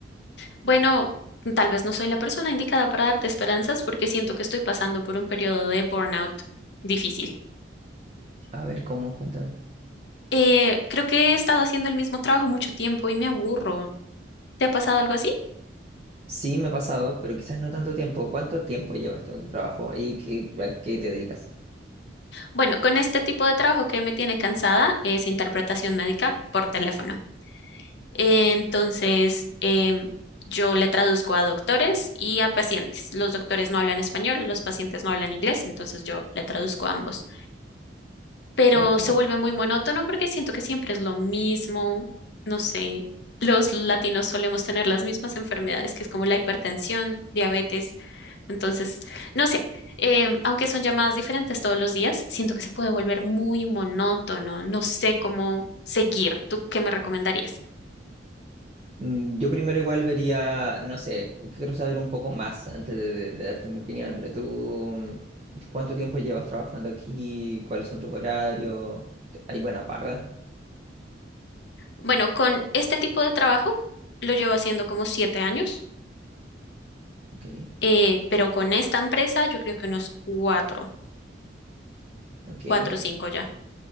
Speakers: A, on the left; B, on the right.
A: Bueno, tal vez no soy la persona indicada para darte esperanzas porque siento que estoy pasando por un periodo de burnout difícil.
B: A ver, ¿cómo? Cuéntame.
A: Eh, creo que he estado haciendo el mismo trabajo mucho tiempo y me aburro. ¿Te ha pasado algo así?
B: Sí, me ha pasado, pero quizás no tanto tiempo. ¿Cuánto tiempo llevas tú en tu trabajo y qué- a qué te dedicas?
A: Bueno, con este tipo de trabajo que me tiene cansada es interpretación médica por teléfono. Entonces, em, yo le traduzco a doctores y a pacientes. Los doctores no hablan español, los pacientes no hablan inglés, entonces yo le traduzco a ambos pero
B: Ok.
A: se vuelve muy monótono porque siento que siempre es lo mismo, no sé, los latinos solemos tener las mismas enfermedades, que es como la hipertensión, diabetes, entonces, no sé, em, aunque son llamadas diferentes todos los días, siento que se puede volver muy monótono, no sé cómo seguir, ¿tú qué me recomendarías?
B: Mm, Yo primero igual vería, no sé, quiero saber un poco más antes de, de- de darte mi opinión. De ¿Tú mm, cuánto tiempo llevas trabajando aquí? ¿Cuáles son tus horarios? ¿Te- ¿Hay buena paga?
A: Bueno, con este tipo de trabajo lo llevo haciendo como siete años,
B: Ok,
A: eh, pero con esta empresa yo creo que unos cuatro,
B: ok.
A: cuatro o cinco ya.